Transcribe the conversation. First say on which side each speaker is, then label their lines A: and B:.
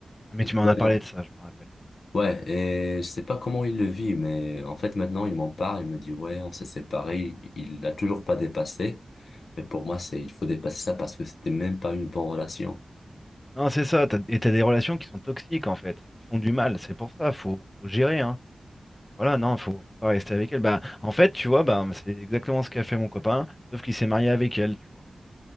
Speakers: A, on the left; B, on the left.
A: Ah, mais tu m'en
B: Voilà.
A: as parlé de ça, je m'en rappelle.
B: Ouais, et je sais pas comment il le vit, mais en fait maintenant il m'en parle, il me dit ouais, on s'est séparés, il il l'a toujours pas dépassé, mais pour moi c'est il faut dépasser ça parce que c'était même pas une bonne relation.
A: Non, c'est ça. t'as- et t'as des relations qui sont toxiques, en fait, qui te font du mal. C'est pour ça, faut, faut gérer, hein. Voilà, non, faut, faut pas rester avec elle. Bah, en fait, tu vois, bah, c'est exactement ce qu'a fait mon copain, sauf qu'il s'est marié avec elle, tu vois.